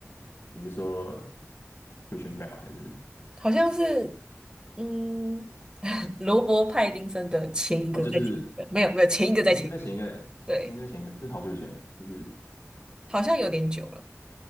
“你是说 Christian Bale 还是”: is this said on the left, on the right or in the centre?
Left